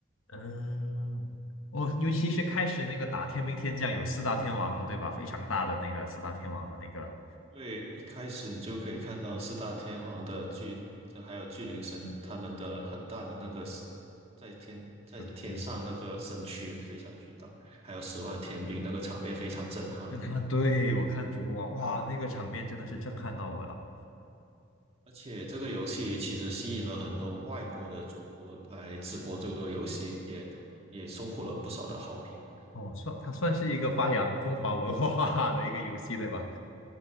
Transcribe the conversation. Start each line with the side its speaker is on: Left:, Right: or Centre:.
Left: 嗯，哦，尤其是开始那个打天兵天将有四大天王了，对吧？非常大的那个四大天王的那个，
Right: 因为一开始你就可以看到四大天王的巨，就还有巨灵神他们的很大的那个 s- 在天在天上那个身躯非常巨大，
Left: 对，
Right: 还有十万天兵那个场面非常震撼。
Left: 跟他们对我看主播网，哇，那个场面真的是震撼到我了。
Right: 而且这个游戏其实吸引了很多外国的主播来直播这个游戏，也也收获了不少的好评。
Left: 哦，算它算是一个发扬中华文化的一个游戏，对吧？